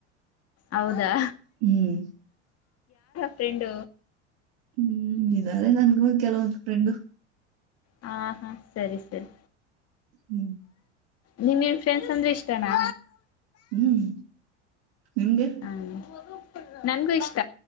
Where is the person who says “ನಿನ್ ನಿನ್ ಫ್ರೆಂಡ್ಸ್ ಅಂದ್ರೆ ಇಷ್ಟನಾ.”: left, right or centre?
Left